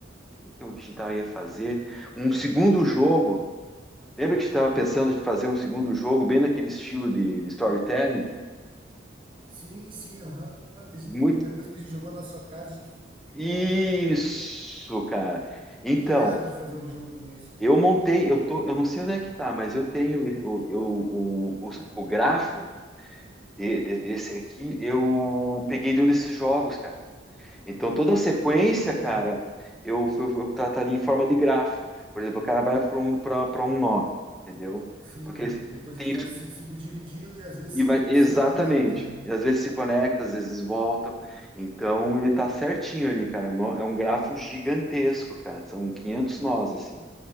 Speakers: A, in the centre; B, on the right.
A: o que a gente tava, ia fazer? Um segundo jogo. Lembra que a gente tava
B: Ah,
A: pensando em fazer um segundo jogo, bem naquele estilo de, de storytelling?
B: sim, sim, aham. Que a gente-
A: Muito.
B: quando- Depois que a gente jogou na sua casa, a gente ficou
A: Isso, cara. Então.
B: pilhado de fazer um jogo desse, né?
A: Eu montei, eu tô, eu não sei onde é que tá, mas eu tenho o, eu- o, os- o grafo de- de- desse aqui, eu peguei de um desses jogos, cara. Então
B: Ah,
A: toda a sequência, cara, eu, eu, eu trataria em forma de grafo. Por exemplo, o cara vai para um, pra- pra um nó, entendeu?
B: sim.
A: Porque
B: Depois
A: tem
B: vai
A: isso
B: se subdividindo e às vezes
A: e
B: se,
A: vai exatamente.
B: se conecta, né?
A: E às vezes se conecta, às vezes voltam. Então ele tá certinho ali, cara. Um nó- É um grafo gigantesco, cara. São 500 nós, assim,